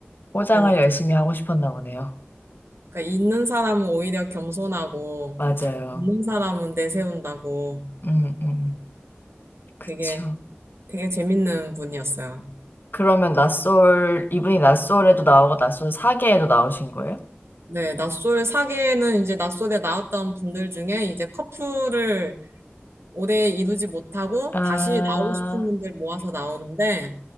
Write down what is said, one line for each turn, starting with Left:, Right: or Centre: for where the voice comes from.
Left: 포장을
Right: 그러니까
Left: 열심히 하고 싶었나 보네요.
Right: 그러니까 있는 사람은 오히려 겸손하고,
Left: 맞아요.
Right: 없는 사람은 내세운다고
Left: 음, 음, 그쵸.
Right: 되게, 되게 재밌는 분이었어요.
Left: 그러면 낯솔, 이분이 낯솔에도 나오고 낯솔 사계에도 나오신 거예요?
Right: 네, 낯솔 사계는 이제 낯솔에 나왔던 분들 중에 이제 커플을 오래 이루지 못하고
Left: 아,
Right: 다시 나오고 싶은 분들 모아서 나오는데,